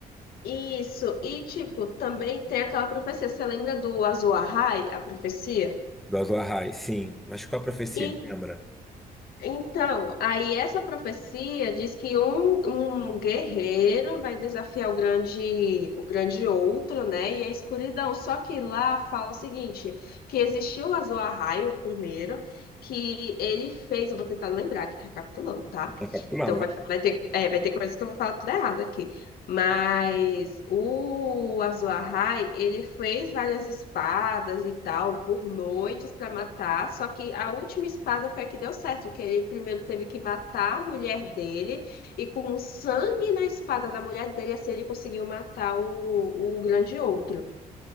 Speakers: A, on the left; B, in the centre.
A: Isso, e tipo, também tem aquela profecia, você lembra do Azul Ahai, a profecia?
B: Do Azor Ahai, sim. Mas qual a profecia,
A: E-
B: me lembra?
A: então, aí essa profecia diz que um, um guerreiro vai desafiar o grande, o grande outro, né? E a escuridão. Só que lá fala o seguinte, que existiu o Azul Ahai, o primeiro, que ele fez, eu vou tentar lembrar aqui, recapitulando, tá?
B: Tá capitulando.
A: Então vai,
B: vai.
A: vai ter, é, vai ter coisas que eu vou falar tudo errado aqui. Mas o Azuahai, ele fez várias espadas e tal por noites para matar, só que a última espada foi a que deu certo, que ele primeiro teve que matar a mulher dele e com o sangue na espada da mulher dele assim ele conseguiu matar o, o grande outro.